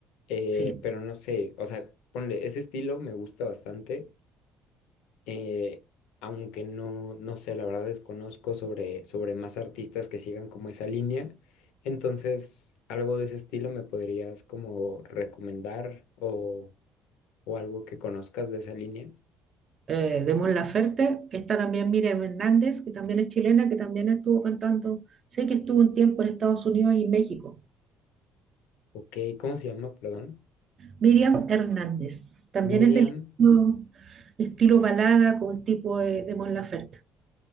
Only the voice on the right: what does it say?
Sí.
eh, de Mon Laferte. Está también Miriam Hernández, que también es chilena, que también estuvo cantando. Sé que estuvo un tiempo en Estados Unidos y México.
Miriam Hernández, también
es del estilo, estilo balada con el tipo de, de Mon Laferte.